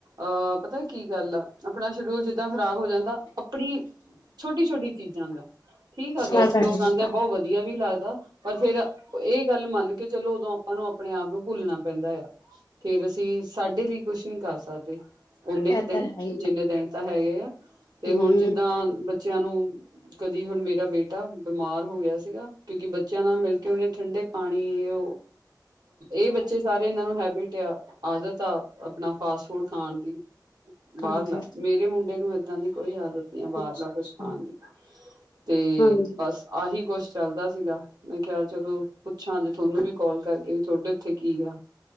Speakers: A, on the right; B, on the left.
A: ਅ ਪਤਾ ਕੀ ਗੱਲ ਆ ਅਪਣਾ ਸ਼ਡਿਊਲ ਜਿੱਦਾਂ ਖ਼ਰਾਬ ਹੋ ਜਾਂਦਾ ਅਪਣੀ ਛੋਟੀ ਛੋਟੀ ਚੀਜ਼ਾਂ ਦਾ। ਠੀਕ ਆ ਗੈਸਟ
B: ਇਹ ਤਾਂ ਹੈ
A: ਲੋਕ
B: ਹੀ
A: ਆਂਦੇ ਬੌ ਵਧੀਆ ਵੀ ਲੱਗਦਾ ਪਰ ਫੇਰ ਏ ਗੱਲ ਮੰਨ ਕੇ ਚਲੋ ਓਦੋਂ ਆਪਾਂ ਨੂੰ ਆਪਣੇ ਆਪ ਨੂੰ ਭੁੱਲਣਾ ਪੈਂਦਾ ਐ। ਫੇਰ ਅਸੀ ਸਾਡੇ ਲਈ ਕੁਛ ਨਈ ਕਰ ਸਕਦੇ। ਓਨੇ ਕੁ
B: ਇਹ
A: ਦਿਨ
B: ਤਾਂ ਹੈ ਹੀ।
A: ਜਿੰਨੇ ਦਿਨ ਤਾਂ ਹੈਗੇ ਆ ਤੇ
B: ਹੂੰ
A: ਹੁਣ ਜਿੱਦਾਂ ਬੱਚੇਆਂ ਨੂੰ ਕਦੀ ਹੁਣ ਮੇਰਾ ਬੇਟਾ ਬਿਮਾਰ ਹੋ ਗਿਆ ਸੀਗਾ ਕਿਉਂਕਿ ਬੱਚਿਆਂ ਨਾਲ ਮਿਲ ਕਿਉਕਿ ਓਨੇ ਠੰਡੇ ਪਾਣੀ ਓ ਏ ਬੱਚੇ ਸਾਰੇ ਏਹਨਾਂ ਨੂੰ ਹੈਬਿਟ ਆ ਆਦਤ ਆ ਅਪਣਾ ਫਾਸਟ ਫੂਡ ਖਾਣ ਦੀ। ਬਾਰਲਾ
B: ਹਾਂਜੀ ਅੱਛਾ
A: ਮੇਰੇ ਮੁੰਡੇ ਨੂੰ ਏਦਾਂ ਦੀ ਕੋਈ ਆਦਤ ਨੀ ਐ ਬਾਰਲਾ
B: ਅੱਛਾ
A: ਕੁਝ ਖਾਣ ਦੀ। ਤੇ
B: ਹਾਂਜੀ
A: ਬਸ ਆਹੀ ਕੁਛ ਚੱਲਦਾ ਸੀਗਾ। ਮੈਂ ਕਿਹਾ। ਚਲੋ ਪੁੱਛਾਂ ਜੇ ਤੁਹਾਨੂੰ ਵੀ ਕੋਲ ਕਰਕੇ ਵੀ ਤੁਹਾਡੇ ਉੱਥੇ ਕੀ ਆ?